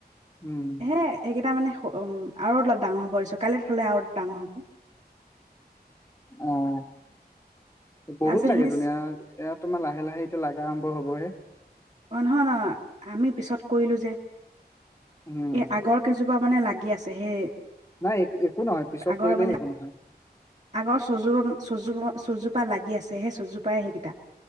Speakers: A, on the left; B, on the right.
A: উম।
B: হে সেইকেইটা মানে উম আৰু অলপ ডাঙৰ হ'ব দিছোঁ। কাইলৈ থলে আৰু অলপ ডাঙৰ হ'ব।
A: আহ। বহুত
B: তাৰপিছত
A: লাগে
B: সেইখিনি
A: ধুনীয়া ইয়াত তোমাৰ লাহে লাহে এতিয়া লাগা আৰম্ভ হ'বহে
B: অ ', নহয় নহ আমি পিছত কৰিলো যে।
A: উম।
B: এ আগৰ কেইজোপা মানে লাগ। গি আছে সেই?
A: নাই এক একো নহয় পিছত
B: আগৰ
A: কৰিলেও
B: মানে
A: একো নহয়।
B: আগৰ চজু- চজু চজোপা লাগি আছে সেই চজোপাই সেইকেইটা